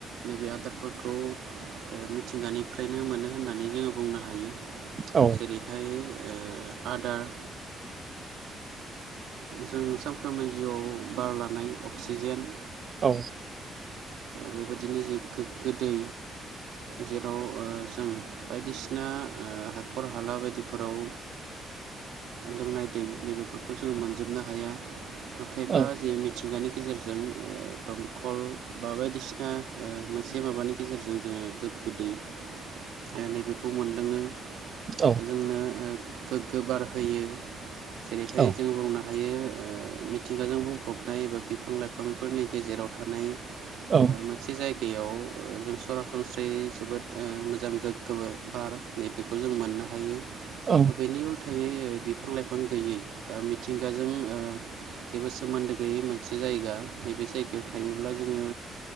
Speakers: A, on the right (about 85°); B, on the right (about 45°).
A: नैबे आदारफोरखौ ओ मिथिंगानिफ्रायनो मोनो होननानै जोङो बुंनो हायो
B: औ
A: जेरैहाय आदार जों सानफ्रोमबो जिउआव बार लानाय अक्सिजेन
B: औ
A: बेबायदिनो जे गोग्गो दै जेराव ओ जों बायदिसिना हाखर हाला बायदिफोराव लोंनाय दै नैबेफोरखौ जोङो मोनजोबनो हाया नाथायब्ला
B: औ
A: जे मिथिंगानि गेजेरजों दमखल बा बायदिसिना मोनसे माबानि गेजेरजों जोङो गोग्गो दै ओमफ्राय नैबेखौ मोनलोङो
B: औ
A: द जोंनो गोग्गो बार होयो जेरैहाय
B: औ ओं
A: जों बुंनो हायो मिथिंगाजों बुंफबनाय एबा बिफां लाइफांफोरनि गेजेराव थानाय
B: औ
A: मोनसे जायगायाव जों सरासनस्रायै जोबोद मोजां गोग्ग बार नै बेेखौ जों मोननो हायो
B: ओं
A: बेनि उल्थायै बिफां लाइफां गैयै बा मिथिंगाजों जेबो सोमोन्दो गैयै मोनसे जायगा नैबे जायगायाव थायोब्ला जोङो